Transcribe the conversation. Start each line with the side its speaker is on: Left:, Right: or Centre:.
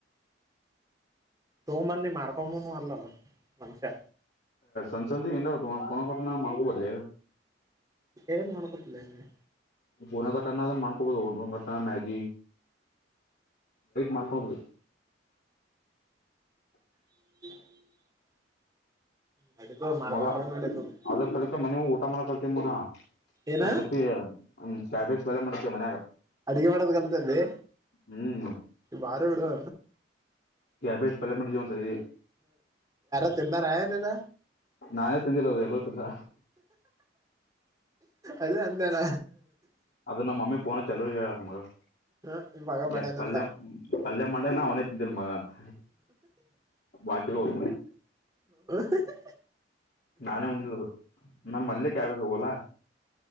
Right: ತೊಂಬಂದಿ ಮಾಡ್ಕೊಂಬನು ಅಲ್ಲಲ್ಲ ಮನುಷ್ಯ
Left: <unintelligible> ನ ಮಾಡ್ಕೊಬದಲ
Right: ಏನ್ ಮಾಡ್ಕೊತಿಲ್ಲ ನಿಮಗೆ
Left: ಪನಗಟ್ಟಣ ಅದ ಮಾಡ್ಕೊಡ್ಬೋದು ಟ್ಟ ಮ್ಯಾಗಿ ಮಾಡ ಹೌದು
Right: <inaudible> ನಡೀತದ ಮಾಡ್ಕೊಂಡ್ರ
Left: ಮಗ
Right: ನಡೀತದ
Left: ಅದ ಸ್ಥಳಕ್ಕೆ ಮನೆವು ಊಟ ಮಾಡಕೊ ತಿನ
Right: ಏನ
Left: ಒಂದ್ಸತಿ ಕ್ಯಾಬೇಜ್ ಪಲೆ ಮಾಡಿದ ಮನ್ಯಾಗ
Right: ಅಡಗೆ ಮಾಡೋದ ಕಲ್ತಲ್ಲಿ
Left: ಹ್ಮ್
Right: ಬಾರಿ ಬಿಡು
Left: ಕ್ಯಾಬೇಜ್ ಪಲ್ಯ ಮಾಡಿದಿವ ಒಂದ ಸಾರಿ
Right: ಎನ್ನ ರಾಯಲ್ಲದ
Left: ನಾವೆ ತಂದಿಲ್ಲ ಅದು ಎಲ್ಲತ್ತಿಲ್ಲ
Right: ಅದು ಅಂತಾನ
Left: ಅದು ನಮ್ಮಿ ಫೋನ್ ಚೆಲೋರು ಹೇಳ ಮಗಳು
Right: ಹ ಮಗ ಮಾಡ್ಯನಂತ
Left: ಯ ಪಲ್ಯ ಪಲ್ಯ ಮಾಡನ ಅವನೇ ತಿಂದಿಲ್ ಮಗ ಅಂತ ಬಾಕ ಹೋಗ
Right: ಹ ಹ
Left: ನಾನೇ ಉಂಟಿಲ್ಲ ನಾನ್ು ಮಲ್ಲೆ ಕ್ಯಾಬ ಹೋಗಲ